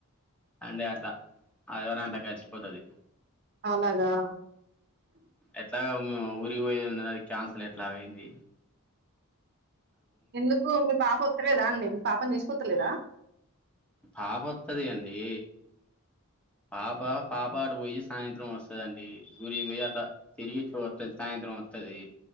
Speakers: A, in the centre; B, on the right.
A: అండే అంత ఆదివారం అంత గడిచిపోతది
B: అలాగా
A: ఎట్లగావ్ మేము ఊరికి పోయేది ఉన్నది అది కాన్సల్ చేత్తం ఏంది
B: ఎందుకు మీ పాప ఒత్తలేదా అండి పాపని తీసుకపోతలేరా
A: పాప ఒత్తాది అండి పాప పాపా అటు పోయి సాయంత్రం వస్తాదండి గుడికి పోయి అట్లా తిరిగి ఇట్ల వత్తది సాయంత్రం వత్తది